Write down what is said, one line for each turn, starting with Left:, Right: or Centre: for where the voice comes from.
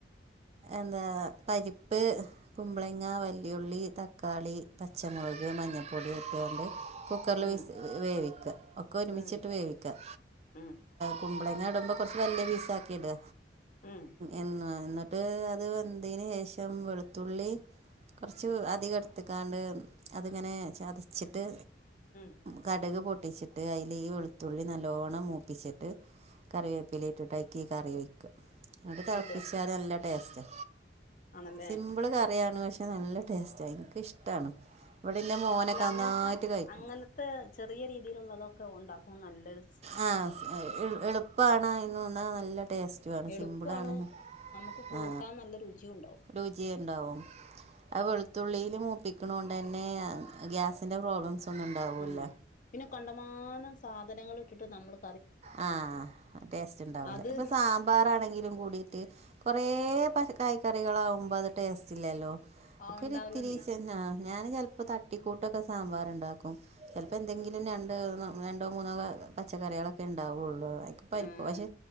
Right: എന്താ പരിപ്പ്, കുമ്പളങ്ങ, വല്ലിയുള്ളി, തക്കാളി പച്ചമുളക് മഞ്ഞൾപ്പൊടി ഒക്കെയാണ്ട് കുക്കറിൽ
Left: ഉം
Right: വിസ് വേവിക്കുക ഒക്കെ ഒരുമിച്ചിട്ട്
Left: ഉം
Right: വേവിക്കുക.
Left: ഉം
Right: കുമ്പളങ്ങ നടുമ്പോ കൊറച്ച് വലൃ പീസാക്കിയിട്
Left: ഉം
Right: എന്ന എന്നിട്ട് അത് വെന്തയിന് ശേഷം വെളുത്തുള്ളി കുറച്ച് അധികം എടുത്ത്ക്കാണ്ട് അതിങ്ങനെ ചതിച്ചിട്ട്
Left: ഉം
Right: കട്ക് പൊട്ടിച്ചിട്ട് അയിൽ ഈ വെളുത്തുള്ളി നല്ലോണ്ണം മൂപ്പിച്ചിട്ട് കറിവേപ്പില ഇട്ടിട്ട് അയ്ക്കി കറി വെയ്ക്ക അത് തിളപ്പിച്ചാൽ
Left: ഇടുക
Right: നല്ല ടേസ്റ്റ്
Left: ആണല്ലേ
Right: സിമ്പ്ള് കറിയാണ് പക്ഷേ നല്ല ടേസ്റ്റാ എനിക്കിഷ്ടാണ് ഇവിടെൻ്റെ മോനൊക്കെ
Left: അല്ല അങ്ങനത്തെ
Right: നന്നായിട്ട് കഴിക്കും.
Left: അങ്ങനത്തെ ചെറിയ രീതിയിലുള്ളതൊക്കെ ഉണ്ടാക്കും <unintelligible> നല്ലത്
Right: ആ എളുപ്പാണ് ഇന്നുവന്നാ നല്ല ടേസ്റ്റ് വാണ്
Left: എളുപ്പമാണ്
Right: സിമ്പിളാണ്
Left: നമുക്ക് കൂട്ടാൻ
Right: ആ
Left: നല്ല രുചിയും ഉണ്ടാവും
Right: രുചിയുണ്ടാവും ആ വെളുത്തുള്ളിയില് മൂപ്പിക്കണൊണ്ടന്നെ ഗ്യാസിന്റെ പ്രോബ്ലംസ് ഒന്നും ഉണ്ടാവില്ല
Left: ആ പിന്നെ കണ്ടമാനം സാധനങ്ങളിട്ടിട്ട് നമ്മള്
Right: ആ ടേസ്റ്റുണ്ടാവൂല
Left: അത്
Right: ഇപ്പൊ സാമ്പാറാണെങ്കിലും കൂടിയിട്ട് കൊറേ പച്ചകായ്ക്കറികളാവുമ്പോ അതുടേസ്റ്റ് ഇല്ലല്ലോ നമുക്കൊരിത്തിരി
Left: ആഹ് ഉണ്ടാവില്ലെന്നേ
Right: സെൻ പിന്നാ ഞാനും ചെലപ്പോ തട്ടിക്കൂട്ടൊക്കെ സാമ്പാറുണ്ടാക്കും ചിലപ്പോ എന്തെങ്കിലും രണ്ടെണം രണ്ടോ മൂന്നോ പച്ചക്കറികളൊക്കെ ഉണ്ടാവുള്ളൂ അ പരിപ്പ്
Left: ഉം
Right: പക്ഷെ